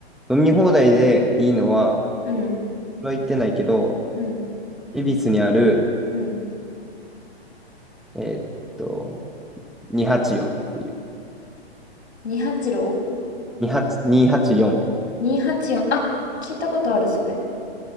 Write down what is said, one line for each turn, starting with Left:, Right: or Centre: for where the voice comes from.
Centre: 飲み放題でいいのは、
Left: うん。
Centre: これは言ってないけど、
Left: うん。
Centre: 恵比寿にある、
Left: うん。
Centre: えーっと、284っていう、
Left: 286?284。
Centre: 28 284
Left: にひゃくはちじゅうよんあ、聞いたことある、それ。